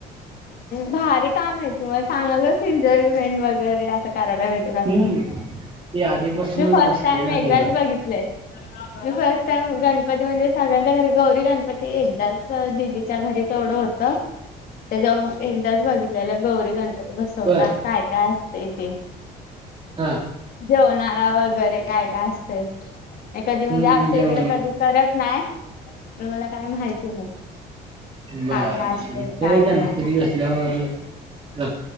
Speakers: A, on the left; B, on the right.
A: भारी काम आहे की मग चांगलंच एन्जॉयमेंट वगैरे असं करायला भेट
B: हम्म ती आधीपासूनच
A: मी फर्स्ट
B: बसते
A: टाइम
B: ना
A: एकदाच
B: गेला
A: बघितलंय. मी फर्स्ट टाइम गणपती म्हणजे सगळ्यांच्या, घरी गौरी गणपती एकदाच दिदीच्या घरी तेवढं होतं. त्याच्याहून एकदाच बघितलेलं, गौरी गणपती बसवतात.
B: बर
A: काय काय असतंय ते.
B: हां.
A: जेवणारा वगैरे काय काय असतंय. कधी
B: हम्म
A: म्हणजे आमच्या
B: जेवण
A: इकडे कधी करत नाही आणि मला काय माहिती नाही.
B: बरं.
A: काय काय असतंय
B: ते
A: काय
B: एकदा गणपती
A: काय नाही.
B: बसल्यावर कस